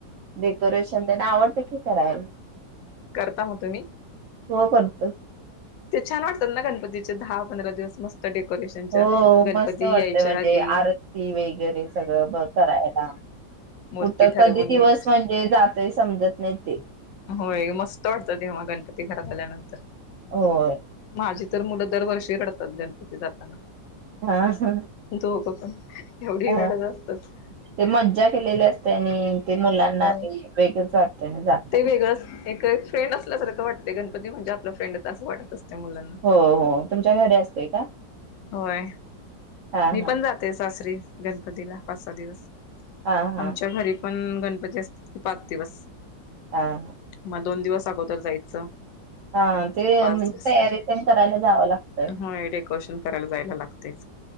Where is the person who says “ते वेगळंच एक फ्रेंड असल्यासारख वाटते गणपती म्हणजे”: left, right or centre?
Left